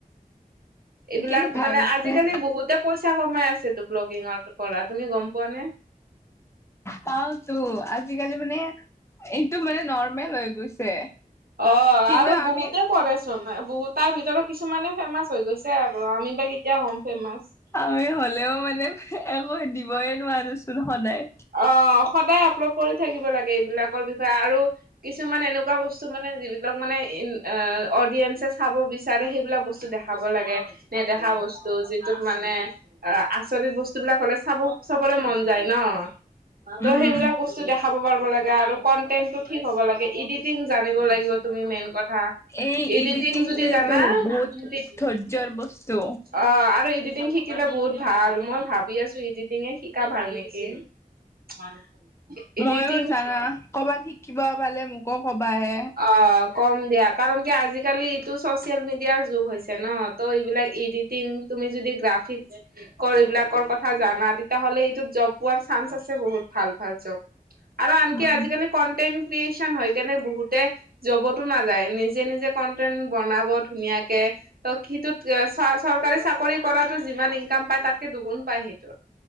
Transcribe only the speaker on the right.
এইবিলাক
মানে আজিকালি বহুতে পইচা কমাই আছেটো ব্লগিঙৰ পৰা তুমি গম পোৱা নে
অ
আৰু বহুতে
কৰেচোন বহু তাৰ ভিতৰত কিছুমানে ফেমাচ হৈ গৈছে আৰু আমি বা কেতিয়া হম ফেমাচ
অ সদায় আপলোড কৰি থাকিব লাগে এইবিলাকৰ বিষয়ে আৰু কিছুমান এনেকুৱা বস্তু মানে যিবিলাক মানে অডিয়েঞ্চে চাব বিচাৰে সেইবিলাক বস্তু দেখা খাব লাগে নেদেখা বস্তু যিটোত মানে অ আচৰিত বস্তু বিলাক হলে চাব চবৰে মন যায় ন ত'
সেইবিলাক বস্তু বস্তু দেখাব পাৰিব লাগে আৰু কন্টেটো ঠিক হ'ব লাগে, ইডিটিং জানিব লাগিব তুমি মেইন কথা।
ইডিটিং
যদি জানা
ইডি,
অ' আৰু এডিটিং শি শিকিলে বহুত ভাল, মই ভাবি আছোঁ ইডিটিঙে শিকা ভাল নেকি। <unintelligible> ইডিটিং
অঁ, কম দিয়া কাৰণ কি আজিকালি এইটো চচিয়েল মিডিয়াৰ যুগ হৈছে ন' ত' এইবিলাক ইডিট তিং তুমি যদি গ্ৰাফিক্ কৰ এইবিলাকৰ কথা জানা তেতিয়া হ'লে এইটোত জব পোৱাৰ চান্স আছে বহুত ভাল ভাল জব। আৰু আনকি
আজিকালি কণ্টেত ক্ৰিয়েচন হয়কেনে বহুত- তে জবতো নাযায়, নিজে-নিজে কন্টেন বনাব ধুনীয়াকে। ত' সিটোত চ-চৰকাৰী চাকৰি কৰাতো যিমান ইনকাম পায় তাতকে দুগুণ পায় সেইটোত।